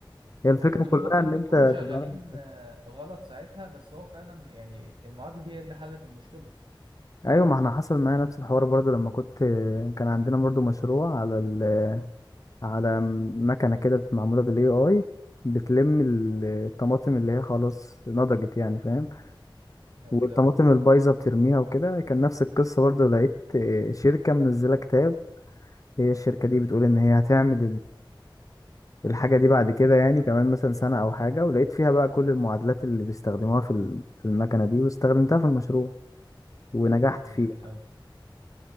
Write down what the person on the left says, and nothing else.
هي الفكرة
كلها
ان انت
تبقى
عارف-
ايوه ما احنا حصل معايا نفس الحوار برضو لما كنت كان عندنا برضو مشروع على ال... على مكنة كده معمولة بالاي اي بتلم ال- الطماطم اللي هي خلاص نضجت يعني فاهم
والطماطم
البايظة بترميها وكده كان نفس القصة برضو لقيت شركة منزلة كتاب هي الشركة دي بتقول ان هي هتعمل الحاجة دي بعد كده يعني كمان مثلا سنة أو حاجة ولقيت فيها بقى كل المعادلات اللي بيستخدموها في ال- في المكنة دي واستخدمتها في المشروع ونجحت
فيه